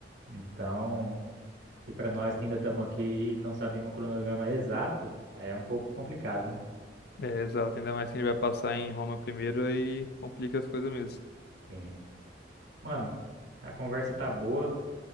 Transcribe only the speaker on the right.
Então, e para nós que ainda estamos aqui e não sabemos o cronograma exato, é um pouco complicado, né?
Sim. Mano, a conversa tá boa